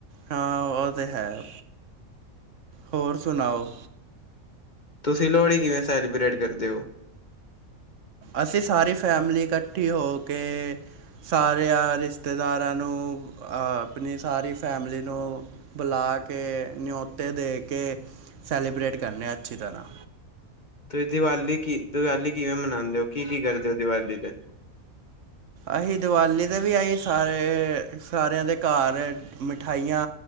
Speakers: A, on the right; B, on the left.
A: ਹਾਂ, ਉਹ ਤੇ ਹੈ, ਹੋਰ ਸੁਣਾਓ?
B: ਤੁਸੀਂ ਲੋਹੜੀ ਕਿਵੇਂ ਸੈਲੀਬ੍ਰੇਟ ਕਰਦੇ ਓ?
A: ਅਸੀਂ ਸਾਰੀ ਫੈਮਲੀ ਇਕੱਠੀ ਹੋਕੇ ਸਾਰਿਆਂ ਰਿਸ਼ਤੇਦਾਰਾਂ ਨੂੰ, ਆਪਣੀ ਸਾਰੀ ਫੈਮਲੀ ਨੂੰ ਬੁਲਾਕੇ ਨਿਓਤੇ ਦੇਕੇ, ਸੈਲੀਬ੍ਰੇਟ ਕਰਨੇ ਆਂ, ਅੱਛੀ ਤਰ੍ਹਾ।
B: ਤੇ ਦੀਵਾਲੀ ਕੀ, ਦੀਵਾਲੀ ਕਿਵੇਂ ਮਨਾਂਨੇ ਓ? ਕੀ-ਕੀ ਕਰਦੇ ਹੋ ਦੀਵਾਲੀ ਤੇ?
A: ਅਹੀ ਦਿਵਾਲੀ ਤੇ ਵੀ ਅਹੀ ਸਾਰੇ, ਸਾਰਿਆਂ ਦੇ ਘਰ ਮਠ ਮਿਠਾਈਆਂ